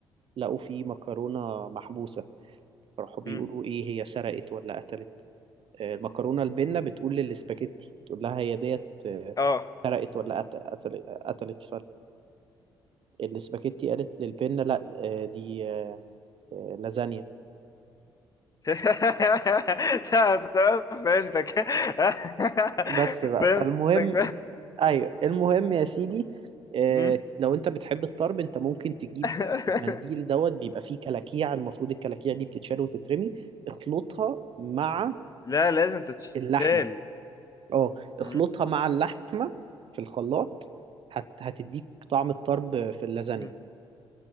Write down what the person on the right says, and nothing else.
لقوا في مكرونة محبوسة فراحوا بيقولوا
ايه هي سرقت ولا قتلت آه، المكرونه البنه بتقول للاسباجيتي تقول لها هي ديت آه،
سرقت ولا قت- قتل- قتلت فالاسباجيتي قالت للبنه لا آه، دي آه، آه، لازانيا
بس بقى
فالمهم ايوه المهم يا سيدي آه،
لو انت بتحب الطرب انت ممكن تجيب
المنديل دوت بيبقى فيه كلاكيع المفروض الكلاكيع دي بتتشال وتترمي اخلطها مع
اللحمه اه اخلطها
مع اللحمه في الخلاط هت... هتديك طعم الطرب في اللازانيا